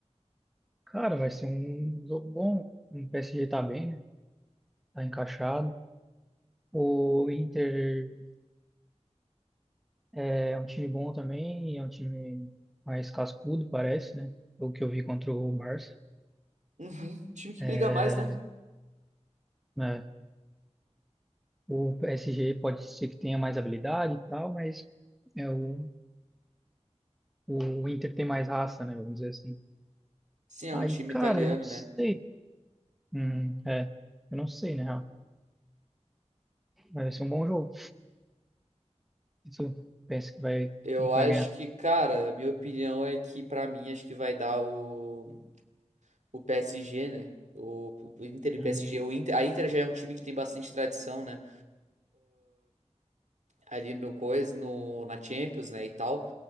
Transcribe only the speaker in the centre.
Cara, vai ser um jogo bom. O PSG tá bem, né, tá encaixado. O Inter É é um time bom também, é um time mais cascudo, parece, né? O que eu vi contra o Barça.
É,
né? O PSG pode ser que tenha mais habilidade e tal, mas é, o, o Inter tem mais raça, né? Vamos dizer assim.
Aí,
cara,
eu não sei.
Hum, é, eu não sei, né? Vai ser um bom jogo. Isso, pensa que vai,
quem que
vai ganhar?
Hum,